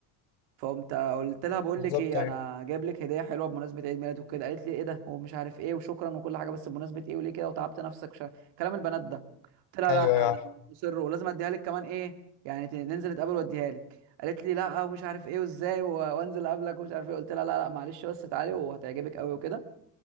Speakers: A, on the right; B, on the left.
A: فقمت قلت لها بقول
B: بالظبط
A: لك ايه
B: أيوه
A: انا جايب لك هدية حلوة بمناسبة عيد ميلادك وكده قالت لي ايه ده ومش عارف ايه وشكرا وكل حاجة بس بمناسبة ايه وليه كده وتعبت نفسك وش... كلام البنات ده قلت لها
B: أيوه
A: لا
B: يا
A: لا
B: عارف
A: ده انا مصر ولازم اديها لك كمان ايه يعني ت- ننزل نتقابل واديها لك قالت لي لا ومش عارف ايه وازاي و- وانزل اقابلك ومش عارف ايه قلت لها لا لا معلش بس تعالي وهتعجبك قوي وكده